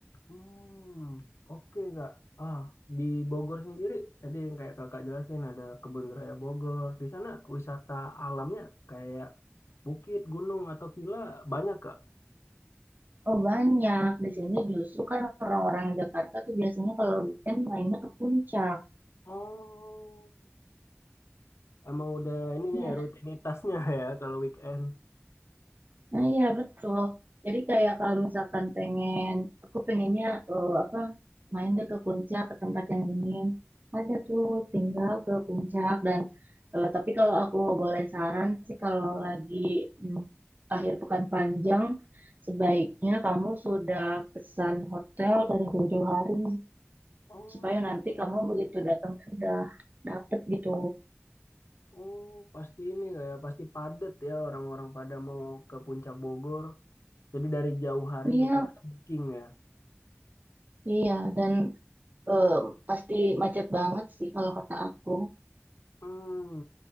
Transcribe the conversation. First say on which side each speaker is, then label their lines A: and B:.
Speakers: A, on the left; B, on the right.
A: Hmm, oke Kak. Ah, di Bogor sendiri tadi yang kayak Kakak jelasin ada Kebun Raya Bogor. Di sana wisata alamnya kayak bukit, gunung atau villa banyak Kak.
B: oh banyak. Di sini justru kan orang-orang Jakarta tuh biasanya kalau weekend mainnya ke puncak.
A: Oh, Emang udah ininya
B: Ya,
A: ya rutinitasnya <laughs> ya kalau weekend.
B: nah iya betul. Jadi kayak kalau misalkan pengen, aku pengennya eh, apa main deh ke puncak ke tempat yang dingin. Ada tuh tinggal ke puncak dan eh, tapi kalau aku boleh saran sih kalau lagi mm, akhir pekan panjang sebaiknya kamu sudah pesan hotel dari jauh-jauh hari.
A: Oh,
B: supaya nanti kamu begitu datang sudah dapet gitu.
A: oh pasti ini kayak pasti padat ya orang-orang pada mau ke Puncak Bogor. Jadi dari jauh hari
B: Iya,
A: kita harus booking ya.
B: iya. Dan eh, pasti macet banget sih kalau kata aku.
A: Hmm,